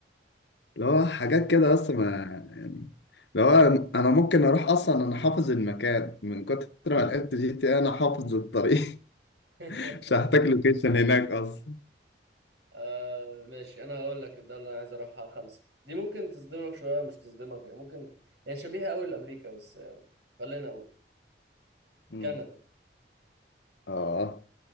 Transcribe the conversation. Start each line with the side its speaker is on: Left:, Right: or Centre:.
Left: اللي هو حاجات
Right: ايوه
Left: كده
Right: فاهم
Left: بس ما يعني لو انا أنا ممكن اروح اصلا انا حافظ المكان من كتر ما لعبت جي تي إيه، انا حافظ الطريق
Right: <laughs>
Left: <laughs> مش هحتاج لوكيشن هناك اصلا
Right: آه ماشي انا هقول لك الدوله اللي انا عايز اروحها خمسه دي ممكن تصدمك شويه مش تصدمك يعني ممكن هي شبيهه قوي لامريكا بس آه، خلينا اقول
Left: امم
Right: كندا
Left: اه